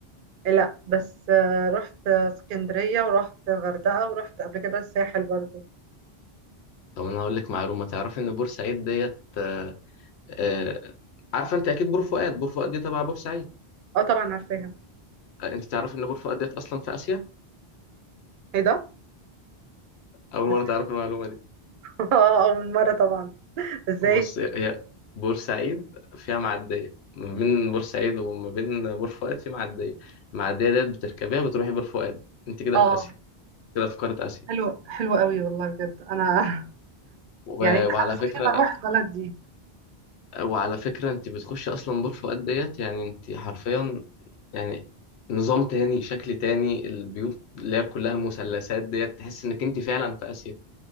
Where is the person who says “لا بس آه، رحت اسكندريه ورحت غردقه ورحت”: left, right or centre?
Right